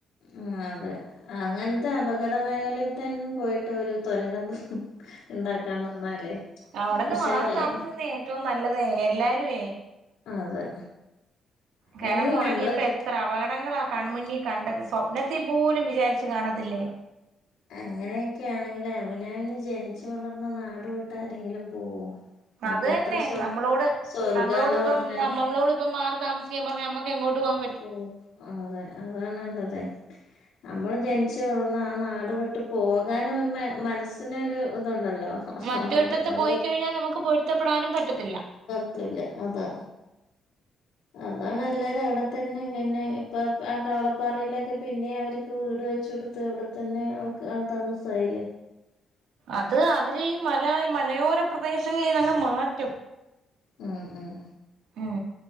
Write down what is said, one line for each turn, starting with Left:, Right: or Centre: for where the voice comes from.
Left: ആഹ് അതെ അങ്ങനത്തെ അപകട മേഖലയിൽ തന്നെ പോയിട്ട് ഒരു തുരങ്കം ഉണ്ടാക്കാൻ നിന്നാലേ
Right: അവിടെന്ന്
Left: ഉഷാറായി
Right: മാറി താമസിക്കുന്ന ഏറ്റവും നല്ലത് എല്ലാരുമേ
Left: അതെ
Right: കിടന്നുറങ്ങിയപ്പോ
Left: അതിന് നമ്മള
Right: എത്ര അപകടങ്ങളാ കൺമുന്നിൽ കണ്ടത് സ്വപ്നത്തിൽ പോലും വിചാരിച്ചു കാണത്തില്ലേ
Left: അങ്ങനെയൊക്കെ ആണെങ്കിലും അവന അവന് ജനിച്ചു വളർന്ന നാട് വിട്ട് ആരെങ്കിലും പോവോ ഇനിയിപ്പോ
Right: അത് തന്നെ
Left: എത്ര സ്വ
Right: നമ്മളോട്
Left: സ്വർഗാന്ന്
Right: നമ്മളോട് ഇപ്പം
Left: പറഞ്ഞാലും
Right: നമ്മളോട് ഇപ്പം മാറി താമസിക്കാൻ പറഞ്ഞ നമ്മക്ക് എങ്ങോട്ട് പോവും
Left: പ്പോവും അതെ അതാണ് ഇല്ലത് നമ്മൾ ജനിച്ചു വളർന്ന് ആഹ് നാട് വിട്ട് പോകാനും ഒരു മനസ്സിനൊരു ഇതുണ്ടല്ലോ
Right: മറ്റൊരിടത്ത്
Left: അത് അത്
Right: പോയി കഴിഞ്ഞാൽ നമുക്ക് പൊരുത്തപ്പെടാനും പറ്റത്തില്ല
Left: റ്റൂല അതാ അതാണ് എല്ലാരും അവിടെ ത തന്നെ പിന്നെ ഇപ്പം ആഹ് കവളപ്പാറയിലൊക്കെ പിന്നെ അവർക്ക് വീട് വെച്ച കൊടു ത്തു അവിടെ തന്നെ ആഹ് ആൾ താമസായില്ലേ
Right: അത് അവരെ ഈ മല മലയോര പ്രദേശങ്ങളിൽ നിന്ന് അങ്ങ് മാറ്റും
Left: ഉം ഉം
Right: ഉം